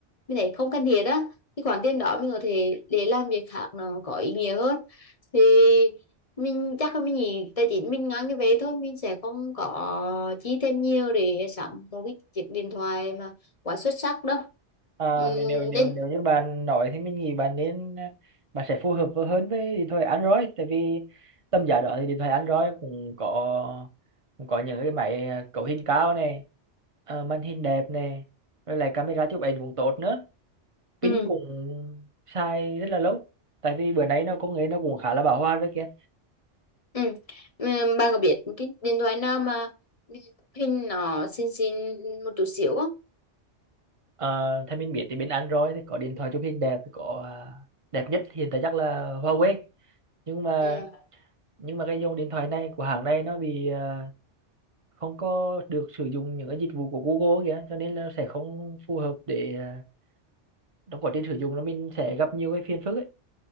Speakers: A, on the left; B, on the right.
A: mình thấy không cần thiết á cái khoản tiền đó mình có thể để làm việc khác nó có ý nghĩa hơn thì mình chắc là mình nghĩ tài chính mình ngang cái về thôi mình sẽ không có chi thêm nhiều để sắm một cái chiếc điện thoại mà quá xuất sắc đâu
B: à,
A: Ừm,
B: nếu nếu nếu
A: nên
B: nếu như bạn nói thì mình nghĩ bạn nên à, bạn sẽ phù hợp với- hơn với điện thoại Android tại vì tầm giá đó thì điện thoại Android cũng có cũng có những cái máy à, cấu hình cao này ờ, màn hình đẹp này rồi lại camera chụp ảnh cũng tốt nữa pin
A: ừ.
B: cũng xài rất là lâu tại vì bữa nay nó công nghệ nó cũng khá là bão hòa đấy kia
A: Ừ. Ừm, bạn có biết cái điện thoại nào mà hình nó xinh xinh một chút xíu không
B: Ờ, theo mình biết thì bên Android thì có điện thoại chụp hình đẹp có à, đẹp nhất hiện tại chắc là Huawei nhưng mà
A: ừ.
B: nhưng mà cái dòng điện thoại này của hãng này nó bị à, không có được sử dụng những cái dịch vụ của Google kìa cho nên là sẽ không phù hợp để à, trong quá trình sử dụng nó mình sẽ gặp nhiều cái phiền phức ấy